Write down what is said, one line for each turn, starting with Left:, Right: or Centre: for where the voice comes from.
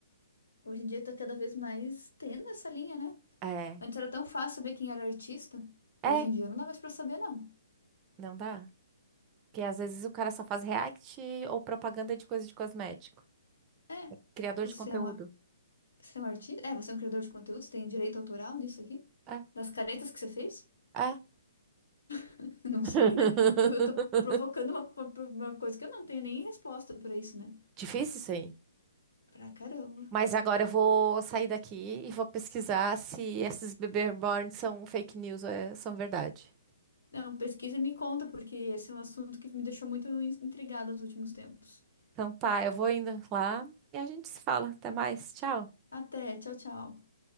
Left: hoje em dia tá cada vez mais tendo essa linha, né?
Right: É.
Left: Antes era tão fácil saber quem era artista.
Right: É,
Left: Hoje em dia não dá mais pra saber, não.
Right: não dá. Porque às vezes o cara só faz react ou propaganda de coisa de cosmético.
Left: É,
Right: Criador
Left: você
Right: de conteúdo.
Left: é uma, você é um artista? É, você é um criador de conteúdos, tem direito autoral nisso aqui?
Right: É,
Left: Das caretas que você fez?
Right: é.
Left: <laughs> Não
Right: <laughs>
Left: sei, né? Tô, eu tô provocando uma, uma coisa que eu não tenho nem resposta pra isso, né?
Right: Difícil isso aí.
Left: Pra caramba.
Right: Mas agora eu vou sair daqui e vou pesquisar se esses bebê reborn são fake news ou é- são verdade.
Left: Não, pesquisa e me conta, porque esse é um assunto que me deixou muito in- intrigada nos últimos tempos.
Right: Então tá, eu vou indo lá e a gente se fala. Até mais. Tchau.
Left: Até, tchau, tchau.